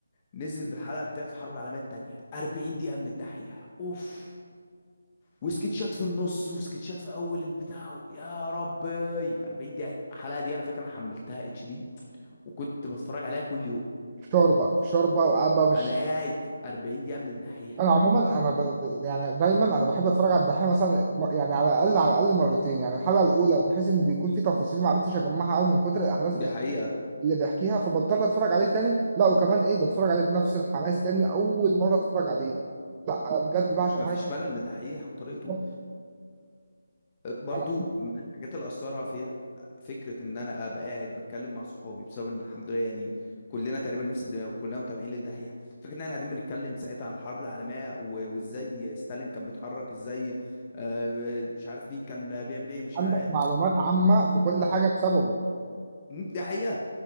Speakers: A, on the left; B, on the right.
A: نزل بالحلقه بتاعت الحرب العالميه التانيه 40 دقيقه من الدحيح اوف وسكتشات في النص وسكتشات في اول البتاع يا ربي 40 دقيقه الحلقه دي انا فاكر انا حملتها اتش دي وكنت بتفرج عليها كل يوم
B: فشار بقى فشار بقى وقاعد بقى في الشارع
A: انا قاعد 40 دقيقه من الدحيح
B: انا عموما انا د- د- يعني دايما انا بحب اتفرج على الدحيح مثلا م- يعني على الاقل على الاقل مرتين يعني الحلقه الاولى بحيث ان بيكون في تفاصيل ما عرفتش اجمعها قوي من كتر الاحداث
A: دي
B: بس
A: حقيقة
B: اللي بيحكيها فبضطر اتفرج عليه تاني لا وكمان ايه بتفرج عليه بنفس الحماس كاني اول مره اتفرج عليه لا انا بجد بعشق
A: مفيش
B: حاجه
A: ملل من الدحيح وطريقته
B: اسمها
A: برضو
B: أنا
A: من الحاجات اللي اثرها فيها فكره ان انا ابقى قاعد بتكلم مع صحابي بسبب ان الحمد لله يعني كلنا تقريبا نفس الدماغ وكلنا متابعين للداهيه فكره ان احنا قاعدين بنتكلم ساعتها عن الحرب العالميه و- وازاي ستالين كان بيتحرك ازاي آه، مش عارف مين كان بيعمل ايه مش
B: عندك
A: عارف
B: معلومات عامه في كل حاجه بسببه
A: مم، دي حقيقه